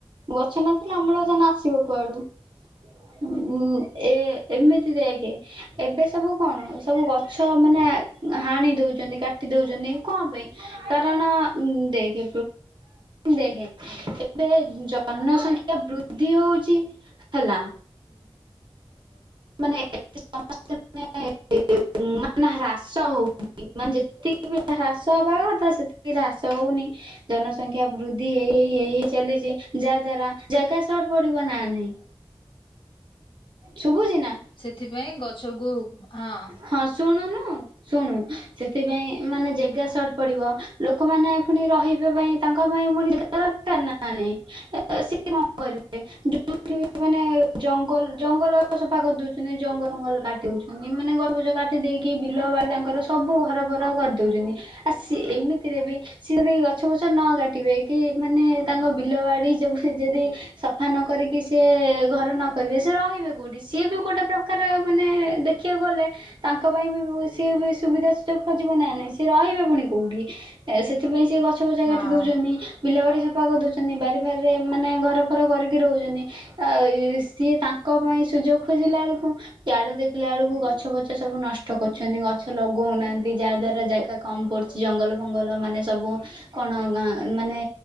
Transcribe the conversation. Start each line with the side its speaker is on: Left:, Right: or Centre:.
Right: ଗଛ ନଥିଲେ ଅମ୍ଳଜାନ
Left: ହଁ
Right: ଆସିବ କୁଆଡୁ? ହୁଁ ଏ ଏମିତି ଦେଖେ ଏବେ ସବୁ କଣ ସବୁ ଗଛ ମାନେ ହାଣି ଦଉଛନ୍ତି କାଟି ଦଉଛନ୍ତି କଣ ପାଇଁ? କାରଣ ଦେଖେ ଦେଖ ଏବେ ଜନସଂଖ୍ୟା ବୃଦ୍ଧି ହଉଛି। ହେଲା ମାନେ ସମସ୍ତେ ସେ ନା ହ୍ରାସ ହଉନି ମାନେ ଯେତିକି ବି ହ୍ରାସ ହେବା ତା ସେତିକି ହ୍ରାସ ହଉନି। ଜନସଂଖ୍ୟା ବୃଦ୍ଧି ହେଇ ହେ ହେଇ ହେଇ ଚାଲିଛି ଯାହା ଦ୍ଵାରା ଜାଗା ସଟ ପଡିବ ନା ନାହିଁ? ଶୁଭୁଛି ନା?
Left: ସେଥିପାଇଁ ଗଛକୁ ହଁ।
Right: ହଁ ଶୁଣୁନୁ ଶୁଣୁ ସେଥିପାଇଁ ମାନେ ଜାଗା
Left: ହଁ
Right: ସ ପଡିବ ଲୋକମାନେ ପୁଣି ରହିବା ପାଇଁ ତାଙ୍କ ପାଇଁ ପୁଣି ଦେ ଦରକାର ନା ନାଇଁ ସେ କଣ କରିବେ ଯୋଉ ମାନେ ଜଙ୍ଗଲ ଜଙ୍ଗଲ ସଫା କରିଦଉଛନ୍ତି ଜଙ୍ଗଲ ଜଙ୍ଗଲ କାଟିଉଛନ୍ତି ମାନେ ଗଛ ଗଜ କାଟି ଦେଇକି ବିଲ ବାଡି ତାଙ୍କର ସବୁ ଘରବର କରିଦେଉଛନ୍ତି ଆ ସ ଏମିତିରେ ବି ସିଏ ଯଦ ଗଛ ପଛ ନ କାଟିବେ କି ମାନେ ତାଙ୍କ ବିଲ ବାଡି ଯଦି ସଫା ନ କରିକି ସିଏ ଘର ନ କରିବେ ସେ ରହିବେ କେଉଁଠି ସିଏ ବି ଗୋଟେ ପ୍ରକାର ମାନେ ଦେଖିବାକୁ ଗଲେ। ତାଙ୍କ ପାଇଁ ବି ସିଏ ବି ସୁବିଧା ସୁଯୋଗ ଖୋଜିବ ନା ନାଇଁ ସି ରହିବେ ପୁଣି କୋଉଠି ସେଥିପାଇଁ ସିଏ ଗଛ ପଛ
Left: ହଁ
Right: କାଟି ଦଉଛନ୍ତି। ବିଲା ବାଡ଼ି ସଫା କରିଦଉଛନ୍ତି ବାରି ଫାରିରେ ମାନେ ଘର ଫର କରିକି ରହୁଛନ୍ତି ଆଉ ସିଏ ତାଙ୍କ ପାଇଁ ସୁଯୋଗ ଖୋଜିଲା ବେଳକୁ ଆଡକୁ ଦେଖ ପିଲାବେଳକୁ ଗଛ ପଛ ସବୁ ନଷ୍ଟ କରୁଛନ୍ତି ଗଛ ଲଗଉନାହାନ୍ତି ଯାହା ଦ୍ଵାରା ଜାଗା। କମ୍ ପଡ଼ୁଛି ଜଙ୍ଗଲ ଫଙ୍ଗଲ ମାନେ ସବୁ କଣ ମାନେ